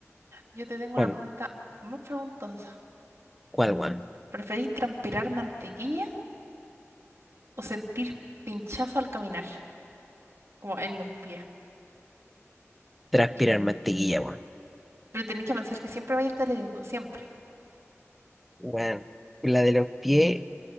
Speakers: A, on the right (about 60°); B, in the centre.
A: Yo te tengo una
B: Bueno,
A: pregunta más preguntosa.
B: ¿cuál, weón?
A: ¿Preferís transpirar mantequilla o sentir pinchazo al caminar, como en los pies?
B: Transpirar
A: Y,
B: mantequilla, weón.
A: pero tenéis que pensar que siempre vais a estar hediondo, siempre.
B: Weón, la de los pies,